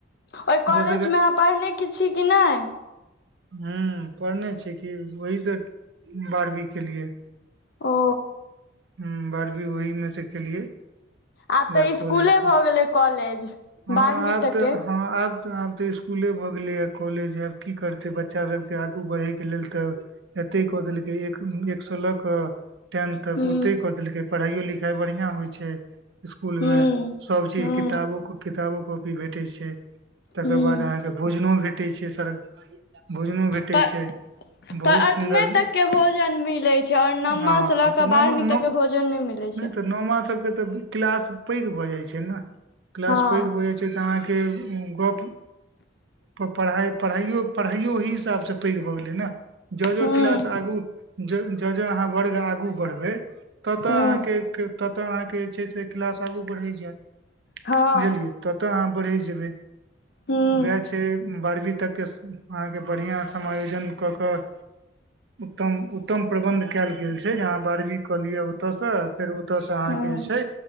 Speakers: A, on the left; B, on the right.
A: ओहि
B: हमसब
A: कॉलेज मे आहाँ पढ़ने कि छी कि नहि
B: हूं पढ़ने छ कि वही स बारहवीं केलिए
A: ओ
B: हूं बारबी ओहि मे से केलीये
A: आब
B: वेह
A: तऽ
B: कॉलेज
A: स्कूले
B: सँ
A: भऽ गेलै कॉलेज
B: हँ
A: बारहवीं
B: आब
A: तकके
B: तऽ हँ आब तऽ आब तऽ इसकुले भऽ गेलैए कॉलेज आब की करतै बच्चा सभके आगू बढ़ै के लेल तऽ एते कऽ देलकै एक एक सो लऽ क टेन तक
A: हूँ
B: ओ ल पढ़ाइयो लिखाई बढ़िया होइ छै स्कुल
A: हूँ
B: मे सब चीज
A: हूँ
B: किताबो किताबो कॉपी भेटै छै तकर
A: हूँ
B: बाद अहाँके भोजनो भेटै छै सर भोजनो भेटै
A: तऽ
B: छै बहुत
A: तऽ अठमे
B: सुन्दर
A: तक के भोजन मिलै छै ओर नौमा
B: हँ
A: से लऽ
B: तऽ
A: क
B: नम
A: बारहवीं एते
B: नम
A: के भोजन नहि मिले छै
B: तऽ नौमा सब के ते क्लास पैक भऽ जाय छै ने क्लास
A: हँ
B: पैक भ जाय छै अहा के गप प पढा पढ़ायो पढायो वहि इस् ब से पैघ भए गेले ने जजो
A: हूँ
B: क्लास आगू जजो अहाँ वर्ग आगू बढ़बै ततऽ
A: हूँ
B: अहाँके ततऽ अहाँके जे छै से क्लास आगू बढ़ै जायत
A: हँ
B: बुझलियै ततऽ अहाँ बढ़ै जेबै
A: हूँ
B: वएह छै बारहवीं तक के अहाँके बढ़िआँ समायोजन कऽ कऽ उत्तम उत्तम प्रबन्ध कयल गेल छै जे आहाँ बारहवीं कऽलिय ओतयसँ फेर ओतयसँ अहाँके
A: हूँ
B: जे छै